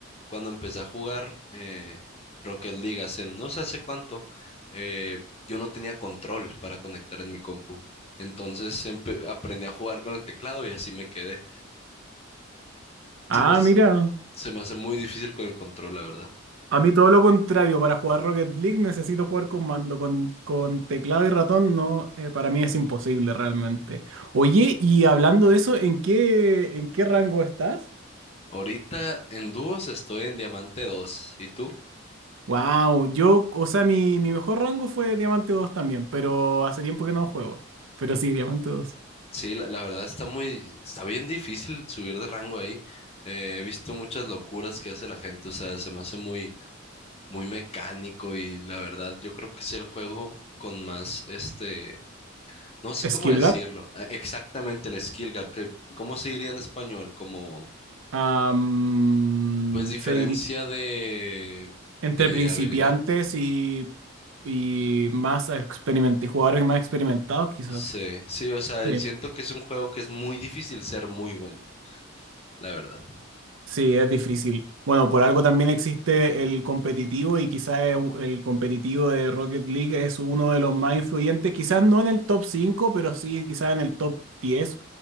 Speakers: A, on the left; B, on the right.
A: cuando empecé a jugar eh, Rocket League hace no sé hace cuánto, eh, yo no tenía control para conectar en mi compu. Entonces empe- aprendí a jugar con el teclado y así me quedé.
B: Ah,
A: Se me, hace-
B: mira.
A: se me hace muy difícil con el control, la verdad.
B: A mí todo lo contrario, para jugar Rocket League necesito jugar con mando, con, con teclado y ratón no, eh, para mí es imposible realmente. Oye, y hablando de eso, ¿en qué, en qué rango estás?
A: Ahorita en dúos estoy en Diamante dos ¿Y tú?
B: Wow, yo, o sea, mi, mi mejor rango fue Diamante dos también, pero hace tiempo que no juego. Pero sí, Diamante dos.
A: Sí, la, la verdad está muy, está bien difícil subir de rango ahí. Eh, he visto muchas locuras que hace la gente, o sea, se me hace muy, muy mecánico y la verdad yo creo que es el juego con más, este, no sé cómo
B: Skill
A: decirlo,
B: Gap.
A: eh, exactamente el skill gap, que, ¿cómo se diría en español? Como,
B: am,
A: pues diferencia
B: se diri-
A: de,
B: entre
A: de
B: principiantes
A: habilidad.
B: y, y más experimentados, y jugadores más experimentados quizás.
A: Sí, sí, o sea,
B: Sí.
A: siento que es un juego que es muy difícil ser muy bueno, la verdad.
B: Sí, es difícil. Bueno, por algo también existe el competitivo y quizás es un- el competitivo de Rocket League es uno de los más influyentes, quizás no en el top 5, pero sí quizás en el top 10